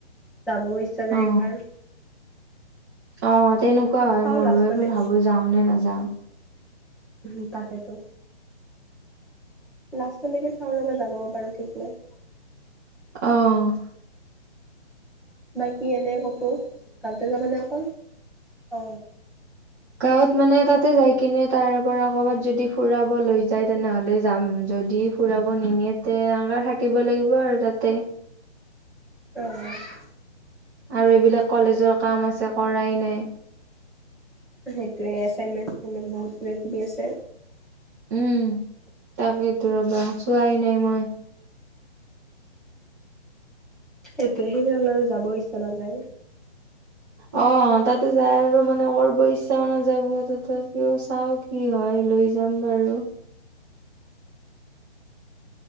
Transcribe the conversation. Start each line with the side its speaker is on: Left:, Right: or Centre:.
Centre: যাবও ইচ্ছা যায়
Right: অ
Centre: একবাৰ।
Right: অ, তেনেকুৱা হয়
Centre: চাও
Right: মোৰো
Centre: লাষ্টলে
Right: এইবোৰ ভাবো যাও নে নাযাও।
Centre: হম, তাকেটো। লাষ্টলৈকে চাওঁ ৰ'বা যাবও পাৰোঁ ঠিক নাই।
Right: অহ',
Centre: বাকী এনে ক'তো গাঁওতে যাবানে অকল অ।
Right: গাঁৱত মানে তাতে যাই কিনে তাৰ পৰা ক'বাত যদি ফুৰাব লৈ যায় তেনেহলে যাম যদি ফুৰাব নিনিয়ে তে এনেকা থাকিব লাগিব আৰু তাতে।
Centre: অ',
Right: আৰু এইবিলাক কলেজৰ কাম আছে কৰাই নাই।
Centre: সেইটোৱে এছাইনমেণ্ট <unintelligible> বহুত কিবা- কিবি আছে।
Right: উম, তাকেইতো ৰবা চোৱাই নাই মই।
Centre: একেহে <unintelligible> যাব ইচ্ছা নাযায়।
Right: অ, তাতে যায় আৰু মানে কৰব ইচ্ছাও নাযাব তথাপিও চাও কি হয় লৈ যাম বাৰু।